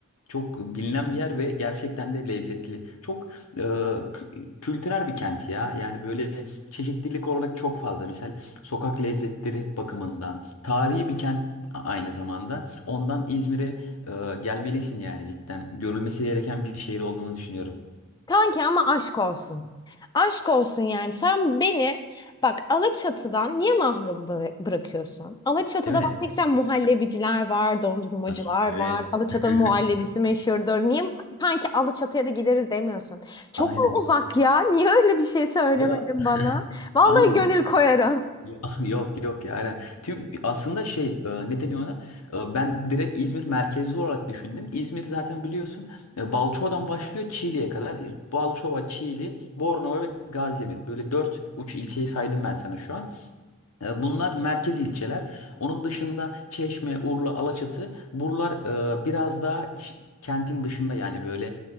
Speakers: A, on the left (about 85°); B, on the left (about 20°).
A: Çok bilinen bir yer ve gerçekten de lezzetli. Çok e, kü- kültürel bir kent ya. Yani böyle çeşitlilik olarak çok fazla. Mesela sokak lezzetleri bakımından Tarihi bir kent aynı zamanda. Ondan İzmir'e e, gelmelisin yani cidden. Görülmesi gereken bir şehir olduğunu düşünüyorum.
B: Kanki ama aşk olsun. Aşk olsun yani. Sen beni bak Alaçatı'dan niye mahrum bıra- bırakıyorsun? Alaçatı'da
A: Değil mi?
B: bak ne güzel muhallebiciler var, dondurmacılar
A: Var. Evet.
B: var. Alaçatı'nın
A: <laughs>
B: muhallebisi meşhurdur. Niye kanki Alaçatı'ya da gideriz demiyorsun? Çok
A: Aynen.
B: mu uzak ya? Niye öyle bir şey söylemedin
A: Ya
B: bana? Vallahi
A: aynen.
B: gönül koyarım.
A: Yo- <laughs> Yok yok ya aynen. Tüm aslında şey e, ne deniyor ona? E, ben direkt İzmir merkezli olarak düşündüm. İzmir zaten biliyorsun e, Balçova'dan başlıyor Çiğli'ye kadar. E, Balçova, Çiğli, Bornova ve Gaziemir. Böyle dört uç ilçeyi saydım ben sana şu an. E, Bunlar merkez ilçeler. Onun dışında Çeşme, Urla, Alaçatı buralar e, biraz daha ş- kentin dışında yani böyle